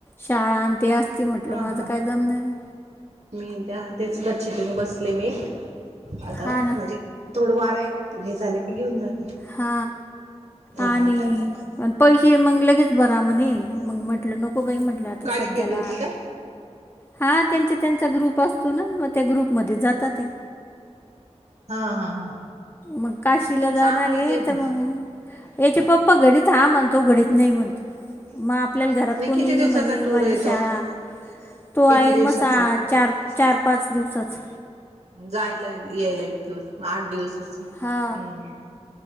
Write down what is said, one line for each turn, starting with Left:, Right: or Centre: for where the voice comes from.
Left: शाळा आणतीी असती म्हटलं
Right: हा
Left: म आता
Right: हा
Left: काय जमणार आहे
Right: मी त्या तेच गच्छतून बसले मी आता
Left: हा ना
Right: म्हणजे थोडं वार आहे हे झालं की घेऊन जात
Left: हा आणि
Right: मिनिटात
Left: पैसे मंग ल केच बरा म्हणे मग म्हंटलं नको बाई म्हटलं आता
Right: गाडी
Left: सध्याला
Right: केली होती का
Left: हा त्यांचा त्यांचा ग्रुप असतो ना मग त्या ग्रुपमध्ये जातात त्या
Right: हा हा हा
Left: मग काशीला
Right: चांगली
Left: जाणार आहे
Right: ते नाही
Left: तर मग याचे पप्पा घडीत हा म्हणतो घडीत नाही म्हणतो मग आपल्याला घरात कोणी
Right: किती
Left: नाही
Right: दिवसाचा
Left: म्हणे
Right: टूर
Left: माझी
Right: आहे
Left: शाळा
Right: तो
Left: तो
Right: किती
Left: आहे
Right: दिवसाच
Left: मसा चार चार पाच दिवसात
Right: जायला यायला एक दिवस आठ दिवसाच
Left: हा
Right: हम्म